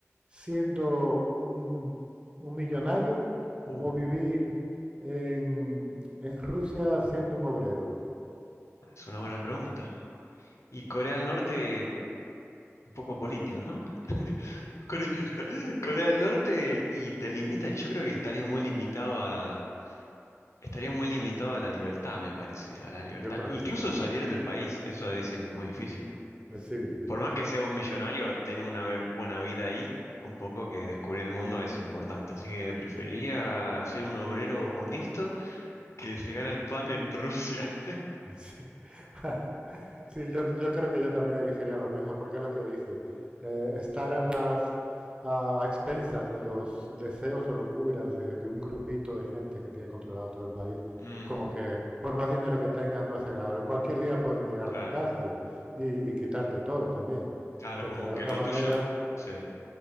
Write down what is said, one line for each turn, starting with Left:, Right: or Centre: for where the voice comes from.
Right: siendo un, un millonario
Left: Uh,
Right: o vivir en, en Rusia siendo un obrero?
Left: es una buena pregunta. Y Corea del Norte, un poco político, ¿no? <laughs> Core- Corea, del Norte y te limita. Yo creo que estarías muy limitado a Estaría muy limitado a la libertad, me parece, a la libertad.
Right: Yo creo
Left: Incluso
Right: que sí.
Left: salir del país, eso dicen que es muy difícil.
Right: Sí.
Left: Por más que sea un millonario, tener una ver- buena vida ahí, un poco que descubrir el mundo es importante. Así que preferiría ser un obrero honesto que se gana el pan en Rusia. <laughs>
Right: Sí, <laughs> Sí, yo, yo creo que yo también elegiría lo mismo, porque es lo que dices. eh, estar a las a, a expensas de los deseos o locuras de, de un grupito de gente que tiene controlado todo el país,
Left: Mm,
Right: como que por más dinero que tengas no es agradable. Cualquier día pueden llegar
Left: claro,
Right: a tu casa y, y- y quitarte todo también.
Left: claro,
Right: Mientras
Left: como
Right: que de la
Left: que
Right: otra
Left: lo
Right: manera,
Left: tuyo, sí,